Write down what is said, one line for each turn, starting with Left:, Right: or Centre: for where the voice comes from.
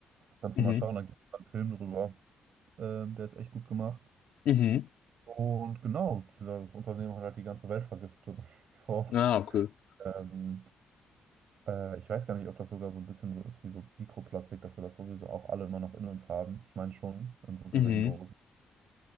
Right: Kannst
Left: Mhm.
Right: du mal schauen, da gibt es einen Film drüber. Ähm, der ist echt gut gemacht.
Left: Mhm.
Right: Und genau, dieser Unternehmen hat halt die ganze Welt vergiftet. <laughs> So.
Left: Ah, cool.
Right: Ähm, äh, ich weiß gar nicht, ob das sogar so ein bisschen so ist wie so Mikroplastik, dass wir das sowieso auch alle immer noch in uns haben. Ich meine schon, in so geringen
Left: Mhm.
Right: Dosen.